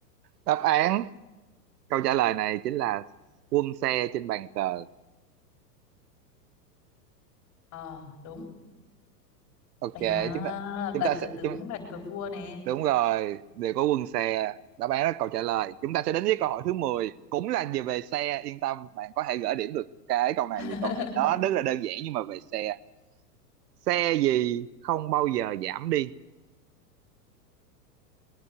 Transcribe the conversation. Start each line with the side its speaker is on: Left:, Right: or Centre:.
Right: đáp án câu trả lời này chính là quân xe trên bàn cờ
Left: Ờ, đúng.
Right: ok
Left: Ây ha,
Right: chúng ta chúng
Left: bàn
Right: ta sẽ
Left: cờ tướng,
Right: chúng,
Left: bàn cờ vua nè.
Right: đúng rồi đều có quân xe đáp án là câu trả lời chúng ta sẽ đến với câu hỏi thứ mười cũng là về về xe yên tâm bạn có thể gỡ điểm được cái câu này
Left: <laughs>
Right: vì câu này nó rất là đơn giản nhưng mà về xe xe gì không bao giờ giảm đi